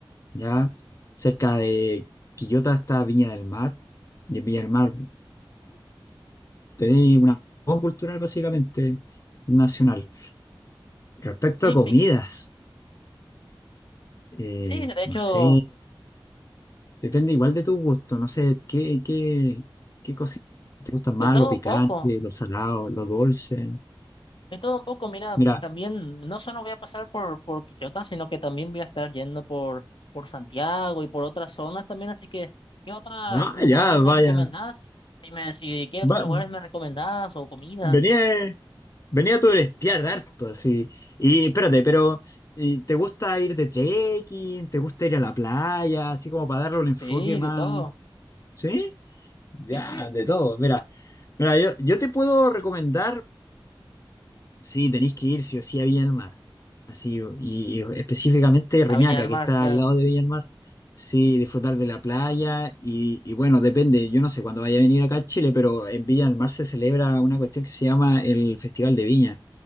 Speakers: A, on the left; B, on the left.
A: ¿ya? Cerca de Quillota está Viña del Mar. Y en Viña del Mar, Tenéis una voz cultural básicamente nacional. Respecto
B: Sí,
A: a comidas,
B: pi-
A: eh,
B: sí, de hecho
A: no sé, depende igual de tu gusto, no sé, qué, qué, qué cositas te gustan más,
B: de todo
A: lo picante,
B: un poco.
A: lo salado, lo dulce.
B: De todo un poco, mira,
A: Mira,
B: también no solo voy a pasar por, por Quillota, sino que también voy a estar yendo por, por Santiago y por otras zonas también, así que ¿qué otros
A: ah,
B: lugares
A: ya,
B: me
A: vaya,
B: recomendás? Si me, si, ¿qué otros
A: va-
B: lugares me recomendás o comidas?
A: venía, venía a turistear harto, así. Y espérate, pero ¿y ¿te gusta ir de trekking? ¿Te gusta ir a la playa? Así como para darle un enfoque
B: Sí,
A: más,
B: de todo.
A: ¿sí? Ya,
B: Sí, sí.
A: de todo, mira. Mira, yo, yo te puedo recomendar, sí, tenéis que ir sí o sí a Viña del Mar, así, y, y específicamente Reñaca,
B: A Viña del
A: que
B: Mar,
A: está
B: claro.
A: al lado de Viña del Mar, sí, disfrutar de la playa, y, y bueno, depende, yo no sé cuándo vaya a venir acá a Chile, pero en Viña del Mar se celebra una cuestión que se llama el Festival de Viña,